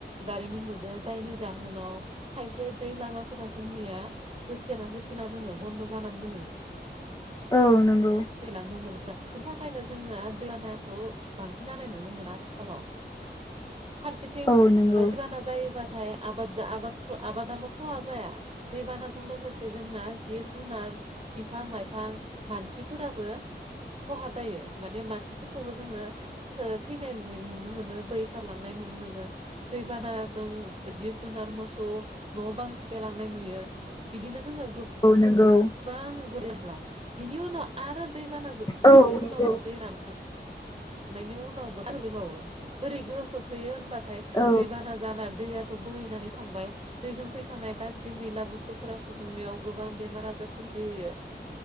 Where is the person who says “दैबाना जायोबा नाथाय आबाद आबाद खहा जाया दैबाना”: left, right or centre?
Right